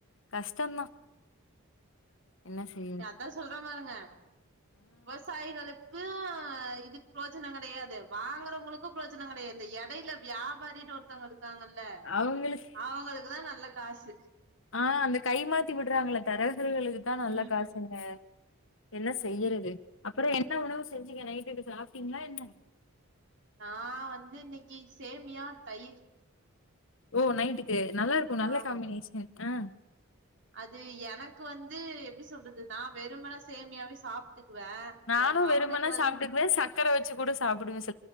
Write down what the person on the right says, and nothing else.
தா சொல்ற மாருங்க விவசாயிகளுக் அ இதுக் ப்ரோஜனங் கெடையாது வாங்கறவங்ளுக்கும் ப்ரோஜன கெடையாது எடையில வியாபாரினு ஒருத்தவுங்களு தாங்கல்ல
அவங்களுக்குதா நல்ல காசு
ம்
நா வந்து இன்னக்கி சேமியா தயிர்
ஆமா
அது எனக்கு வந்து எப்டி சொல்றது நா வெறுமன சேமியாவே சாப்ட்டுக்குவே
எ மவனுக்கு
வந்து